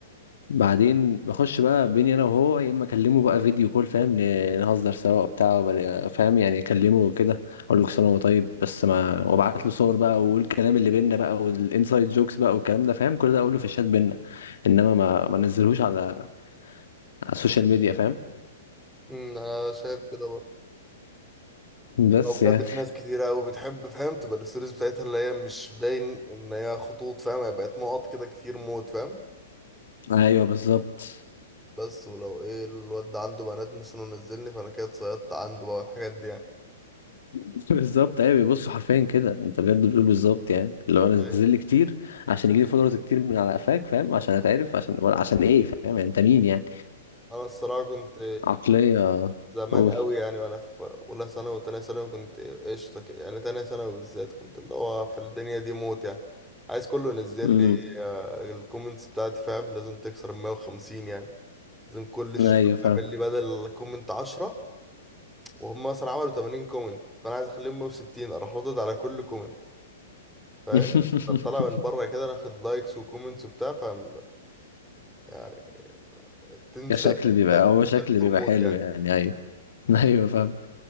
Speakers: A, on the left; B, in the centre.
A: بعدين بخش بقى بيني انا وهو يا اما اكلمه بقى فيديو كول فاهم ن- نهزر سوا بتاع فاهم يعني اكلمه وكده اقول له كل سنه وهو طيب بس ما وابعت له صور بقى واقول الكلام اللي بينا بقى والانسايد جوكس بقى والكلام ده فاهم كل ده اقول له في الشات بينا انما ما ما انزلهوش على على السوشيال ميديا فاهم
B: امم، انا شايف كده برضه
A: بس
B: لو
A: يعني
B: بجد في ناس كتيرة قوي بتحب فاهم تبقى الستوريز بتاعتها اللي هي مش باين ان هي خطوط فاهم هي بقت نقط كده كتير موت فاهم
A: ايوه بالظبط
B: بس ولو ايه الواد ده عنده بنات مثلا ونزلني فانا كده اتصيدت عنده بقى الحاجات دي يعني
A: <laughs> بالظبط ايوه بيبصوا حرفيا كده انت بجد بتقول بالظبط يعني لو انا نزل
B: ايوه
A: لي كتير عشان يجي لي فولورز كتير من على قفاك فاهم عشان اتعرف عشان ولا عشان ايه فاهم يعني انت مين يعني
B: انا الصراحه كنت
A: عقليه
B: زمان
A: قول
B: قوي يعني وانا في اولى ثانوي وتانية ثانوي كنت قشطه كده. يعني تانية ثانوي بالذات كنت اللي هو في الدنيا دي موت يعني عايز كله ينزل
A: امم
B: لي آه، الكومنتس بتاعتي فاهم لازم تكسر ال 150 يعني لازم كل
A: ايوه
B: ش-
A: فاهم
B: يعمل لي بدل كومنت 10 وهم مثلا عملوا 80 كومنت فانا عايز اخليهم 160 اروح ردد على كل كومنت فاهم
A: <laughs>
B: طلع من بره كده ناخد لايكس وكومنتس وبتاع فاهم يعني التنشن
A: كشكل بيبقى
B: التنشن
A: هو شكل بيبقى
B: هرمون
A: حلو يعني ايوه <laughs> ايوه فاهم